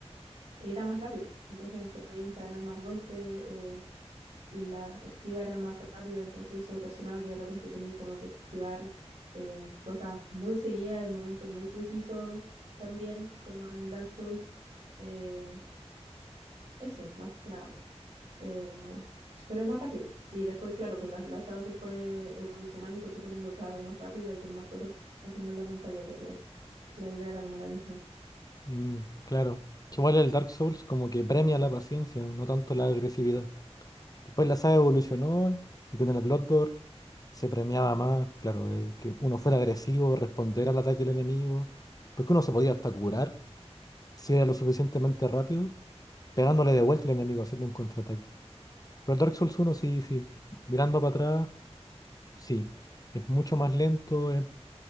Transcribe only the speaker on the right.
era más rápido. Entonces podíais encadenar más golpes. eh, las esquivas eran más rápidas, entonces eso ocasionaba que de repente tenía como que esquivar eh, cosas muy seguidas en momentos muy precisos también, como en el Dark Souls. Eh, eso, más que nada. po. Eh, pero es más rápido. Y después, claro, que la, la saga se fue evolucionando y se fue poniendo cada vez más rápida y con más cosas pasando en la pantalla, pero la idea era como la misma.